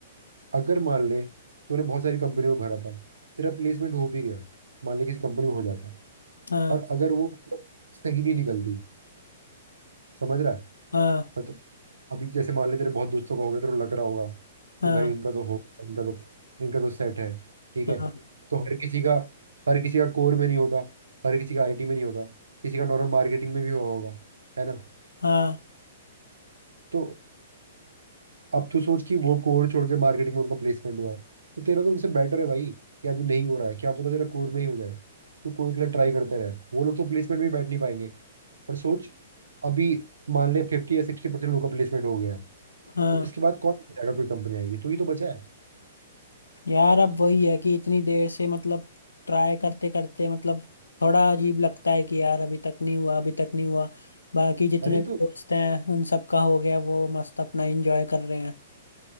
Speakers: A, on the right; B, on the left.
A: अगर मान ले तूने बहुत सारी कंपनी में भरा था तेरा प्लेसमेंट हो भी गया मान ले किसी कंपनी में हो जाता है
B: हाँ
A: और अगर वो मतलब सही नहीं निकलती समझ रहा है
B: हाँ
A: मतलब अभी जैसे मान ले तेरे बहुत दोस्तों का होगा तेरे को लग रहा होगा
B: हाँ
A: कि भाई इनका तो होगा इनका तो इनका तो सेट है ठीक
B: हाँ
A: है तो हर किसी का हर किसी का कोर में नहीं होता हर किसी का आईटी में नहीं होता किसी का नॉर्मल मार्केटिंग में भी हुआ होगा है ना
B: हाँ
A: तो अब तू सोच कि वो कोर छोड़ के मार्केटिंग में उनका प्लेसमेंट हुआ है तो तेरा तो उनसे बेटर है भाई कि अभी नहीं हो रहा है क्या पता तेरा कोर में ही हो जाए तू कोर के लिए ट्राई करते रहे वो लोग तो प्लेसमेंट में ही बैठ नहीं पाएंगे पर सोच अभी मान ले फिफ्टी या सिक्सटी परसेंट लोगों का प्लेसमेंट हो गया है
B: हाँ
A: तो इसके बाद कौन जाएगा कोई कंपनी आएगी तू ही तो बचा है
B: यार अब वही है कि इतनी देर से मतलब ट्राई करते करते मतलब थोड़ा अजीब लगता है कि यार अभी तक नहीं हुआ अभी तक नहीं हुआ बाकी जितने
A: अरे
B: भी
A: तो
B: दोस्त हैं उन सबका हो गया वो मस्त अपना एंजॉय कर रहे हैं